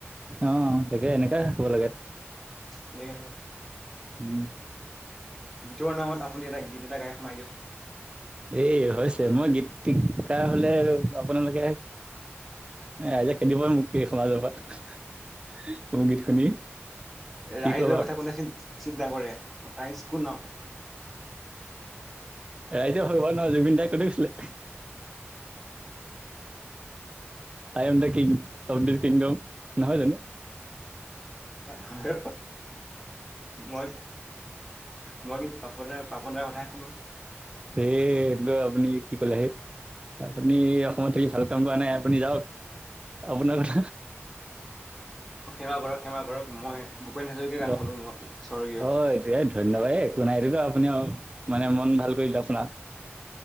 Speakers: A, on the right (about 25°); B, in the centre.
A: অ তাকে এনেকাে হ'ব লাগে
B: এনেকে
A: উম
B: গীতৰ নামত আপুনি এটা গীত এটা গাই শুনাই দিয়ক
A: এ হৈছে মই গীত শিকা হলে আপোনালোকে আইজে খেদিবই মোক কি সমাজৰ পৰা মোৰ গীত শুনি কি
B: ৰাইজৰ
A: কম আকৌ
B: কথা কোনে চিন্তা কৰে ৰাইজ কোন
A: ৰাইজে হ ন জুবিন তাইক ক'ত গৈছিলে I am the king O kingdom নহয় জানো
B: হয় মই মই কিন্তু পাপন দাৰ পাপন দাৰ কথাই শুনো
A: এ এই আপুনি কি কলে সেই আপুনি অসমত থাকি ভাল কাম কৰা নাই আপুনি যাওক আপোনালোকক
B: অ', সেমা কৰক, সেমা কৰক। মই ভূপেন হাজৰিকাৰ গান
A: অ'
B: শুনো মই স্বৰ্গীয়
A: অ' এটো ধন্যবাদ একো নাইতো এইটো আহ আপুনি আহ মানে মন ভাল কৰিলে আপোনাৰ